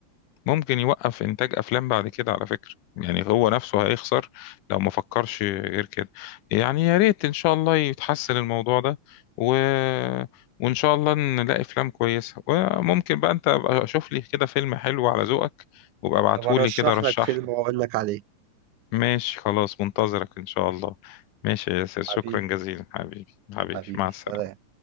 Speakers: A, on the left; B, on the right.
A: ممكن يوقف إنتاج أفلام بعد كده على فكرة يعني هو نفسه هيخسر لو ما فكرش غير كده يعني يا ريت إن شاء الله يتحسن الموضوع ده و... وإن شاء الله نلاقي أفلام كويسة وممكن بقى أنت أبقى أشوف لي كده فيلم حلو على ذوقك وابقى ابعتهولي
B: طب أرشح
A: كده رشح
B: لك فيلم
A: لي
B: وأقول لك عليه
A: ماشي خلاص منتظرك إن شاء الله ماشي يا ياسر شكرا
B: حبيبي
A: جزيلا حبيبي حبيبي
B: حبيبي
A: مع السلامة
B: سلام